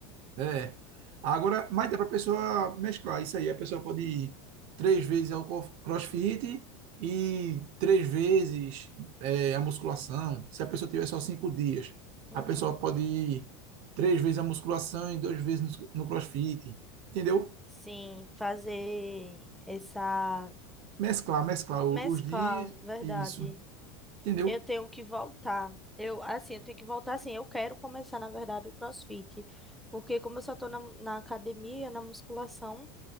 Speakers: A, on the right (about 55°); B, in the centre.
A: É. Agora, mas dá para a pessoa mesclar isso aí. A pessoa pode ir três vezes ao co- CrossFit e três vezes é, a musculação. Se a pessoa tiver só cinco dias,
B: Uhum.
A: a pessoa pode ir três vezes a musculação e duas vezes no no CrossFit. Entendeu?
B: Sim, fazer essa.
A: mesclar, mesclar o-
B: Mesclar,
A: os dias
B: verdade.
A: e isso. Entendeu?
B: Eu tenho que voltar. Eu, assim, eu tenho que voltar, assim, eu quero começar, na verdade, o CrossFit. Porque como eu só tô na, na academia, na musculação,